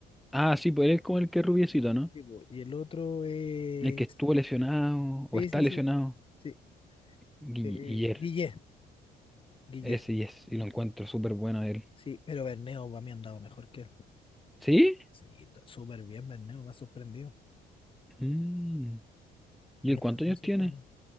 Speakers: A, in the centre; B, on the left.
A: Ah, sí, pues él es como el que es rubiecito, ¿no?
B: Sí, po, Y el otro es.
A: El que estuvo lesionado
B: Sí,
A: o está
B: sí,
A: lesionado.
B: sí. sí.
A: Guiller.
B: eh, eh, Guille. Guille.
A: Ese y es, y lo encuentro súper bueno él.
B: Sí, pero Bernedo para mí ha andado mejor que él.
A: ¿Sí?
B: Sí, está súper bien, Bernedo. Me ha sorprendido.
A: Mm. ¿Y
B: De
A: él
B: verdad
A: cuántos
B: me
A: años
B: ha sorprendido.
A: tiene?